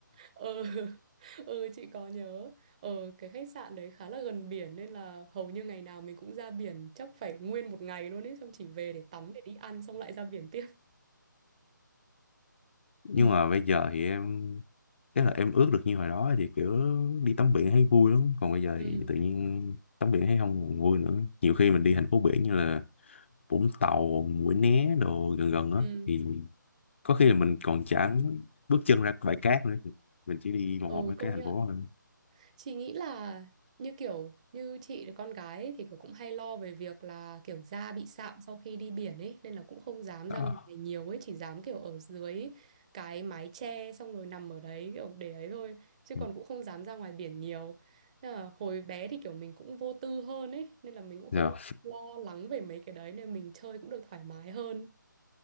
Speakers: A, on the right (about 20°); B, on the left (about 35°).
A: ừ <laughs> ừ chị có nhớ ờ cái khách sạn đấy khá là gần biển nên là hầu như ngày nào mình cũng ra biển chắc phải nguyên một ngày luôn ấy xong chỉ về để tắm để đi ăn xong lại ra biển tiếp
B: Nhưng
A: <laughs> ừ
B: mà bây giờ thì em tức là em ước được như hồi đó thì kiểu đi tắm biển thấy vui lắm, còn bây giờ
A: ừ
B: thì tự nhiên tắm biển thấy không còn vui nữa. Nhiều khi mình đi thành phố biển như là Vũng Tàu Mũi Né đồ gần gần á
A: ừ
B: thì có khi là mình còn chẳng bước chân ra bãi cát nữa mình chỉ đi vòng
A: ừ
B: vòng mấy cái
A: công
B: thành
A: nhận
B: phố thôi
A: Chị nghĩ là như kiểu như chị là con gái ấy, thì kiểu cũng hay lo về việc là kiểu da bị sạm sau khi đi biển ấy nên là cũng không dám
B: Ờ.
A: ra ngoài nhiều ấy chỉ dám kiểu ở dưới cái mái che xong rồi nằm ở đấy kiểu để ấy thôi chứ
B: ừ,
A: còn cũng không dám ra ngoài biển nhiều nên là hồi bé thì kiểu mình cũng vô tư hơn ấy nên là mình cũng không
B: Rồi.
A: lo lắng về mấy cái đấy nên mình chơi cũng được thoải mái hơn